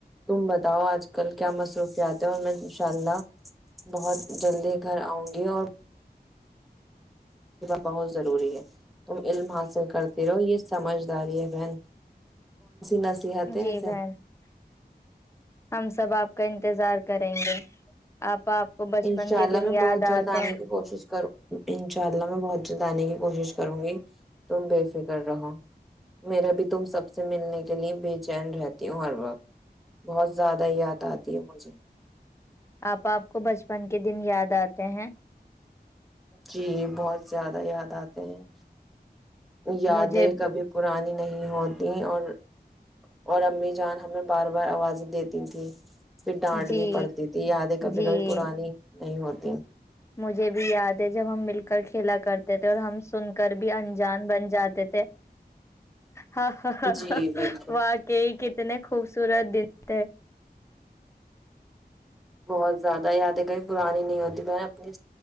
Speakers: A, in the centre; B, on the left.
A: تم بتاؤ اج کل کیا مصروفیات ہے اور میں انشاءاللہ بہت جلدی گھر اؤںا جی اور بہت ضروری ہے تم علم حاصل کرتی رہو یہ سمجھداری ہے بہن نہ سیاتے
B: جی
A: ویسے
B: بہن ہم سب آپ کا انتظار کریں گے آپ آپ کو بچپن
A: انشاءاللہ
B: کے دن
A: میں
B: یاد
A: بہت جلد
B: آتے
A: انے
B: ہیں
A: کی کوشش کروں انشاءاللہ میں بہت دانے کی کوشش کروں گی تم بے فکر رہو میرے بھی تم سب سے ملنے کے لیے بے چین رہتی ہوں ہر وقت بہت زیادہ یاد آتی ہے مجھے
B: آپ, آپ کو بچپن کے دن یاد آتے ہیں
A: جی بہت زیادہ یاد آتے ہیں یادیں
B: مجھے
A: کبھی پرانی نہیں نہیں ہوتییں اور اور امی جان ہمیں بار, بار آوازیں دیتی تھیں پھر ڈانڈ
B: جی
A: بھی پڑتی تھی یادیں کبھی
B: جی
A: کبھی پرانی نہیں ہوتی
B: مجھے بھی یاد جب ہم مل کر کھیلا کرتے تھے اور ہم سن کر بھی انجان بن جاتے تھے ہاں ہ
A: جی بالکل
B: واقعی کتنے خوبصورت دن تھے
A: بہت زیادہ یاد ہے کہیں پرانی نہیں ہوتی میں اپنی